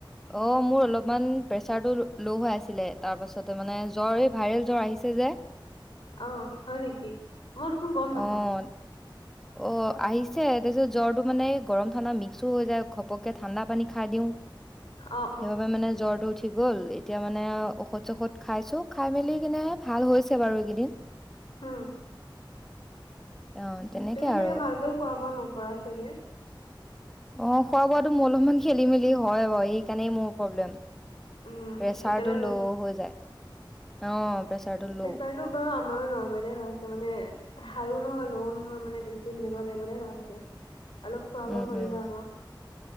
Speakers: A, in the centre; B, on the left.
A: অ', মোৰ অলপমান পেচাৰটো ল' হৈ আছিলে তাৰ পাছতে মানে জ্বৰ এই ভাইৰেল জ্বৰ আহিছে ৰে
B: অ', হয় নেকি মই দেখুন গম নাপাওঁ
A: অ', অ', আহিছে তাৰপিছত জ্বৰটো মানে গৰম ঠাণ্ডা মিক্সও হৈ যায় ঘপককে ঠাণ্ডা পানী খাই দিওঁ সেইবাবে
B: অ অ
A: মানে জ্বৰটো উঠি থ গ'ল এতিয়া মানে ঔষধ চষধ খাইছু খাই মেলি কেনে ভাল হৈছে বাৰু এইকেইদিন
B: হ
A: অ তেনেকে
B: তুমি
A: আৰু
B: ছাগে ভালকৈ খোৱা বোৱা নকৰা ছাগে
A: অ', খোৱা বোৱাাটো মোৰ অলপমান খেলি মেলি হয় বাৰু সেইকাৰণেই মোৰ পব্লেম
B: উম
A: পেচাৰটো
B: সেইকাৰণে
A: ল, হৈ যায় অ', প্ৰেচাৰটো ল'
B: পেচাৰটো বাৰু আমাৰো নৰ্মলে হৈ আছে মানে হাই অ', নহ ল নহয় মানে বেছি সেনেকুৱা টাইপৰে হৈ আছে অলপ খোৱা
A: উম
B: বোৱা কৰিব
A: উম
B: আকৌ